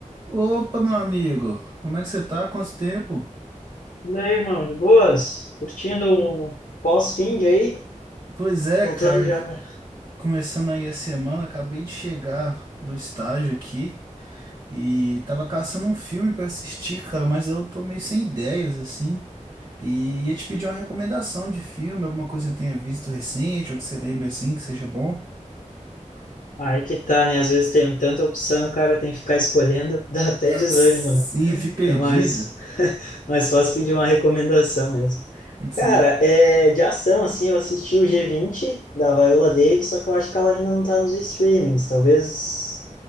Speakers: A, on the right; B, on the left.
A: Opa, meu amigo, como é que você tá? Quanto tempo?
B: E aí, irmão, de boas? Curtindo um pós-finde aí?
A: Pois é,
B: Voltando
A: cara,
B: já. pra-
A: começando aí a semana, acabei de chegar do estágio aqui e tava caçando um filme pra assistir, cara, mas eu tô meio sem ideias, assim, e ia te pedir uma recomendação de filme, alguma coisa que você tenha visto recente ou que você lembre, assim, que seja bom.
B: Aí que tá, né? Às vezes tem tanta opção, o cara tem que ficar escolhendo, <laughs> dá até
A: <laughs>
B: desânimo,
A: Sim,
B: né?
A: eu fico perdido,
B: É mais, <laughs> mais fácil pedir uma recomendação mesmo.
A: sim,
B: Cara, é, de ação, assim, eu assisti o G20 da Viola Davis, só que eu acho que ela ainda não tá nos streamings. Talvez